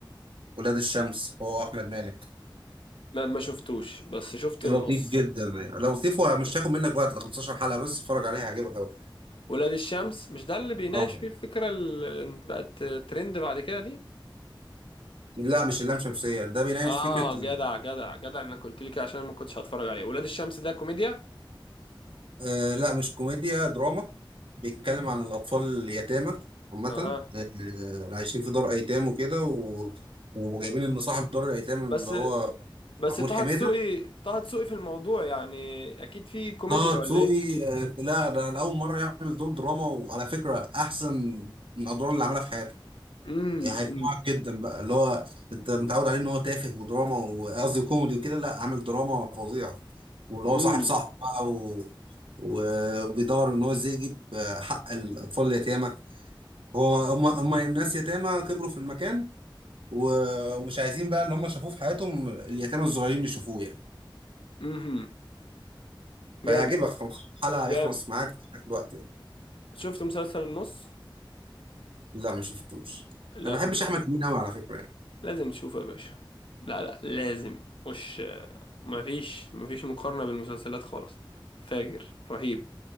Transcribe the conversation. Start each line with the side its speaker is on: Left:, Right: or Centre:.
Right: ولاد الشمس هو احمد مالك
Left: ما ما شفتوش بس شفت
Right: ده
Left: النص
Right: لطيف جدا يعني لو لطيف ومش هياخد منك وقت ده 15 حلقه بس اتفرج عليها هيعجبك قوي
Left: ولاد الشمس مش ده اللي بيناقش
Right: اه
Left: فيه الفكرة اللي بقت ترند بعد كده دي
Right: لا مش اللام شمسيه ده بيناقش
Left: اه
Right: فكره
Left: جدع
Right: ال-
Left: جدع جدع انك قلت لي كده عشان أنا ما كنتش هتفرج عليه ولاد الشمس ده كوميديا
Right: آه لا مش كوميديا دراما بيتكلم عن الاطفال اليتامى عامه
Left: اها
Right: آه، اللي عايشين في دار ايتام وكده و... وجايبين ان صاحب دار الايتام
Left: بس
Right: اللي هو
Left: بس
Right: محمود
Left: طه
Right: حميده
Left: دسوقي طه دسوقي في الموضوع يعني اكيد في كوميديا
Right: طه
Left: ولا
Right: دسوقي
Left: ايه
Right: آه، لا ده لأول مرة يعمل دور دراما وعلى فكرة أحسن من الأدوار اللي عملها في حياته
Left: امم
Right: يعني هيقنعك جدا بقى اللي هو أنت متعود عليه إن هو تافه ودراما وقصدي كوميدي وكده لا عامل دراما فظيعة واللي
Left: امم
Right: هو صاحب صاحب بقى و... وبيدور إن هو إزاي يجيب آه، حق الأطفال اليتامى هو هم هم ناس يتامى كبروا في المكان و- ومش عايزين بقى اللي هم شافوه في حياتهم اليتامى الصغيرين يشوفوه يعني
Left: امم جامد
Right: فيعجبك خلاص حلقة هيخلص
Left: جامد
Right: معاك في الوقت يعني.
Left: شفت مسلسل النص
Right: لا ما شفتوش
Left: لازم
Right: انا ما بحبش
Left: تشوف
Right: احمد امين قوي على فكره يعني
Left: لازم تشوفه يا باشا لا لا لازم مش مفيش مفيش مقارنة بالمسلسلات خالص فاجر رهيب